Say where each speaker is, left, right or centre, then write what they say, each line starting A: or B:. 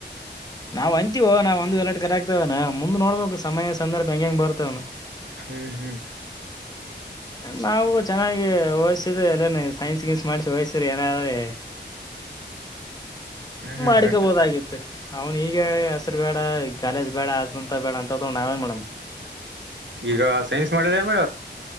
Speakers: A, on the left (about 20°); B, on the right (about 80°).
A: ನಾವ್ ಅಂತೀವ ನಾವ್ ಒಂದು ಎಲ್ಲರಡು ಕರೆ ಆಗ್ತವನ ಮುಂದ್ ನೋಡ್ಬೇಕಕ್ ಸಮಯ ಸಂದರ್ಭ ಹ ಹೆಂಗಗೆ ಹೆಂಗ ಬರ್ತವನ
B: ಹ್ಮ್ ಹ್ಮ್
A: ನಾವು ಚೆನ್ನಾಗಿ ಹೋಸಿದ ಎಲ್ಲನ ಸೈನ್ಸ್ ಗಿನ್ಸ್ ಮಾಡಿಸಿ ಹಓಯಸ್ರಿ ಏನಾದ್ರೆ
B: ಹ್ಮ್
A: ಮಾಡಿಕೋಬಹದಾಗಿತ್ತು
B: ನಡ
A: ಅವ್ನ್ ಈಗ ಹೆಸರು ಬೇಡ ಕಾಲೇಜ್ ಬೇಡ ಅದಂತ ಬೇಡ ಅಂತ ನಾವೇನ್ ಮೇಡಮ್
B: ಈಗ ಸೈನ್ಸ್ ಮಾಡಿದೆ ಮ